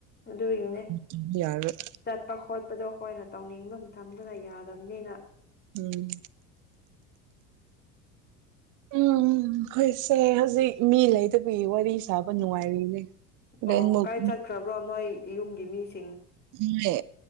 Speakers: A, on the left; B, on the right.
A: ꯑꯗꯨꯒꯤꯅꯦ
B: ꯇꯧꯕ ꯌꯥꯔꯣꯏ
A: ꯆꯠꯄ ꯈꯣꯠꯄꯗꯣ ꯍꯣꯏ ꯅꯠꯇ ꯇꯧꯅꯤꯡꯕ ꯃꯇꯝꯗꯨꯗ ꯌꯥꯗꯕꯅꯤꯅ
B: ꯎꯝ ꯎꯝ <unintelligible> ꯁꯦ ꯍꯧꯖꯤꯛ ꯃꯤ ꯂꯩꯗꯕꯤ ꯋꯥꯔꯤ ꯁꯥꯕ ꯅꯨꯡꯉꯥꯏꯔꯤꯅꯦ ꯍꯣꯔꯦꯟꯃꯨꯛ
A: ꯑꯣ ꯀꯥꯏ ꯆꯠꯈ꯭ꯔꯕ꯭ꯔꯣ ꯅꯣꯏ ꯌꯨꯝꯒꯤ ꯃꯤꯁꯤ
B: ꯎꯝꯃꯦ